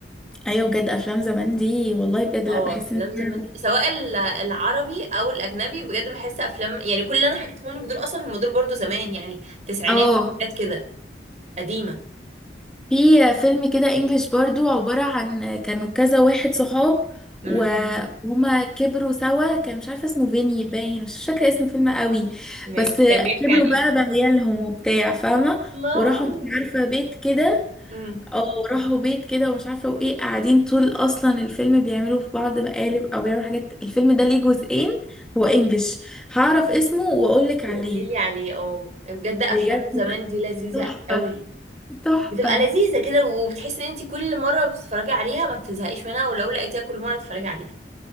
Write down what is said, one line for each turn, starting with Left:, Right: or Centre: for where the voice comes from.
Centre: ايوه بجد افلام زمان دي والله بجد
Right: اه
Centre: لا بحس
Right: افلام
Centre: ان
Right: زمان
Centre: هي
Right: سواء ال- العربي او الاجنبي بجد بحس افلام يعني كل اللي انا حكيتهم لك دول اصلا هم دول برضو زمان يعني تسعينات
Centre: اه
Right: حاجات كده قديمه
Centre: في فيلم كده انجليش برضو عبارة عن كانوا كذا واحد صحاب
Right: امم
Centre: و- وهما كبروا سوا كان مش عارفة اسمه فيني باين مش فاكرة اسم الفيلم قوي
Right: ماشي
Centre: بس
Right: كان بيحكي
Centre: كبروا
Right: عن ايه
Centre: بقى بعيالهم وبتاع فاهمة
Right: الله
Centre: وراحوا مش عارفة بيت كده
Right: امم
Centre: او راحوا بيت كده ومش عارفة وايه قاعدين طول اصلا الفيلم بيعملوا في بعض مقالب او بيعملوا حاجات الفيلم ده ليه جزئين هو انجليش هعرف اسمه واقولك
Right: وقولي
Centre: عليه
Right: لي عليه اه بجد افلام
Centre: بجد
Right: زمان
Centre: لا،
Right: دي لذيذه
Centre: تحفة
Right: قوي
Centre: تحفة
Right: بتبقى لذيذه كده وبتحس ان انت كل مره بتتفرجي عليها ما بتزهقيش منها ولو لقيتيها كل مره تتفرجي عليها